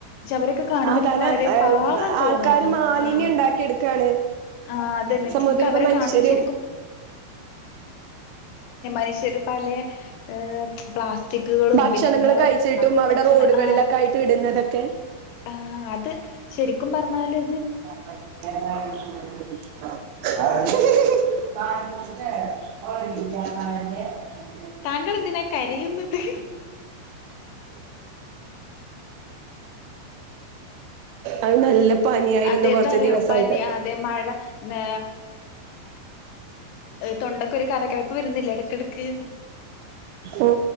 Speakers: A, on the left; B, on the right.
A: അവരൊക്കെ കാണുമ്പ
B: ആ
A: എനിക്ക്
B: കാരണം
A: വളരെ പാവം തോന്നുന്നു
B: ആൾക്കാര് മാലിന്യം
A: ആഹ്
B: ഉണ്ടാക്കിയെടുക്കാണ്
A: ആഹ് അതന്നെ
B: സമൂഹത്തിൽ
A: എൻക്ക്
B: ഇപ്പ
A: അവരെ
B: മനുഷ്യര്
A: കാണുമ്പോ ശരിക്കും ആയിശരി പലേ ഏർ പ്ലാസ്റ്റിക്കുകളും
B: ഭക്ഷണങ്ങൾ
A: പിന്നെ എന്താ
B: കഴിച്ചിട്ടും അവിടെ
A: ഭക്ഷണ
B: റോഡുകളിലൊക്കെ
A: ആ
B: ആയിട്ട് ഇടുന്നതൊക്കെ
A: ആ അത് ശരിക്കും പറഞ്ഞാല്
B: ആ <inaudible> കാ <inaudible>
A: താങ്കൾ എന്തിനാ കരയുന്നത്
B: അത് നല്ല പനിയായിരുന്നു
A: അതെന്താറിയോ
B: കൊറച്ച് ദിവസായിട്ട്
A: പനി അതെ മഴ നേ തൊണ്ടക്ക് ഒരു കരകരപ്പ് വരുന്നില്ല ഇടക്കിടക്ക്
B: ഓ